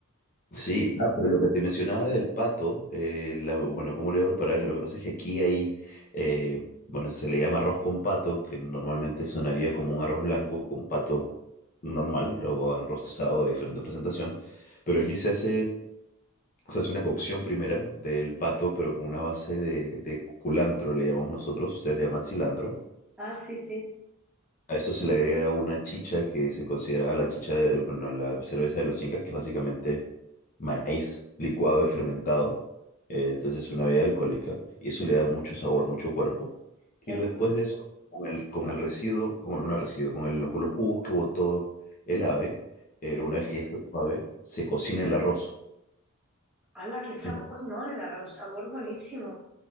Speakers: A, on the left; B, in the centre.
A: Sí, ah, pero lo que te mencionaba del pato, eh, la- bueno, ¿cómo lo iba a preparar? Lo que pasa es que aquí hay, eh, bueno, se le llama arroz con pato, que normalmente sonaría como un arroz blanco con pato normal o arroz trozado de diferente presentación, pero aquí se hace, se hace una cocción primero del pato, pero con una base de, de culantro, le llamamos nosotros, ustedes le llaman cilantro.
B: Ah, sí, sí,
A: A esto se le agrega una chicha que se considera la chicha de, bueno, la cerveza de los incas, que es básicamente maíz licuado y fermentado. Eh, entonces es una bebida alcohólica y eso le da mucho sabor, mucho cuerpo.
B: qué
A: Y lo-
B: bueno.
A: después de eso, con el, con el residuo, con no residuo, con el- los, los jugos que botó el ave,
B: Sí.
A: eh, una vez que ya está suave, se cocina el arroz.
B: ¡Hala, qué sabor,
A: En-
B: ¿no? Le dará un sabor buenísimo.